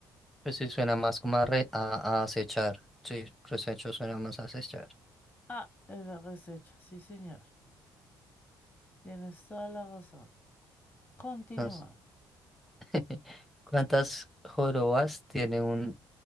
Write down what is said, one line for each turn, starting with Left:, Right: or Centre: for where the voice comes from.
Centre: pues sí suena más como a, re- a, a acechar. Sí, resecho suena más a acechar.
Left: Ah, el resecho, sí, señor. Tienes toda la razón. Continúa.
Centre: Entonces, <laughs> ¿cuántas jorobas tiene un